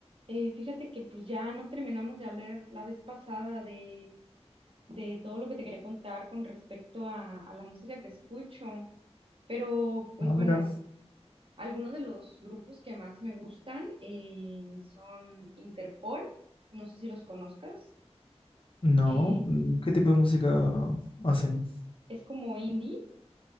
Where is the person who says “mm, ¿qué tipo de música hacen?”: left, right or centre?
Left